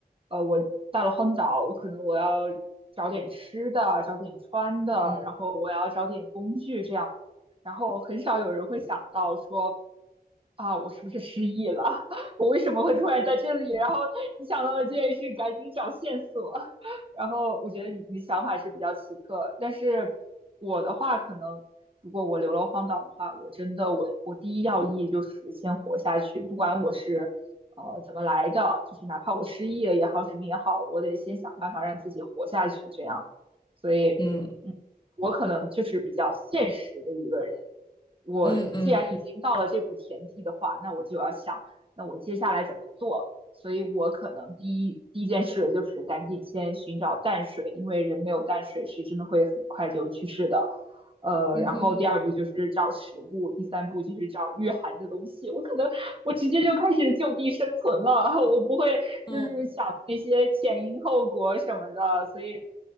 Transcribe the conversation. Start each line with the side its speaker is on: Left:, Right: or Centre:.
Right: 呃我到了荒岛，我可能我要找点吃的，找点穿的，
Left: 嗯。
Right: 然后我要找点工具这样，然后很少有人会想到说，啊，我是不是失忆了？<laughs> 我为什么会突然在这里？然后你想到了这件事，赶紧找线索。然后我觉得你你想法是比较奇特，但是我的话，可能如果我流落荒岛的话，我真的我我第一要义就是先活下去，不管我是呃怎么来的，就是哪怕我失忆了也好，什么也好，我得先想办法让自己活下去，这样。所以，
Left: 嗯
Right: 嗯，我可能就是比较现实的一个人，我既然已经到了这步田地的话，
Left: 嗯嗯
Right: 那我就要想，那我接下来怎么做？所以我可能第一第一件事就是赶紧先寻找淡水，因为人没有淡水是真的会很快就去世的。呃，
Left: 嗯嗯
Right: 然后第二步就是找食物，第三步就是找御寒的东西。我可能我直接就开始就地生存了，<laughs> 我不会就是想那些前因后果什么的，
Left: 嗯
Right: 所以